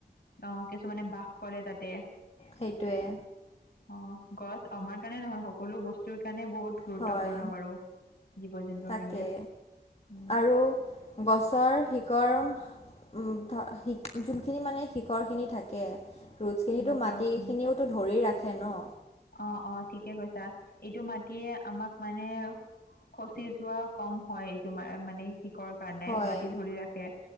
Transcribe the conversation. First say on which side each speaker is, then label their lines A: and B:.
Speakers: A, on the left (about 60°); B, on the left (about 35°).
A: অ', কিছুমানে বাস কৰে তাতে।
B: সেইটোৱেই।
A: অ', গছ আমাৰ কাৰণে নহয়, সকলো বস্তুৰ কাৰণে বহুত গুৰুত্বপূৰ্ণ
B: হয়
A: বাৰু, জীৱ-জন্তুৰ
B: তাকে
A: কাৰণে। উম
B: আৰু, গছৰ শিকৰম উম, শি যোনখিনি মানে, শিখৰখিনি থাকে। ৰুটছখিনোটো
A: গছৰ
B: মাটিখিনিওতো
A: উম
B: ধৰি ৰাখে ন'।
A: অ', অ', ঠিকে কৈছা, এইটো মাটিয়ে আমাক মানে খচি যোৱা কম হয়, এইটো তোমাৰ মানে শিকৰ কাৰণে,
B: হয়
A: মাটি ধৰি ৰাখে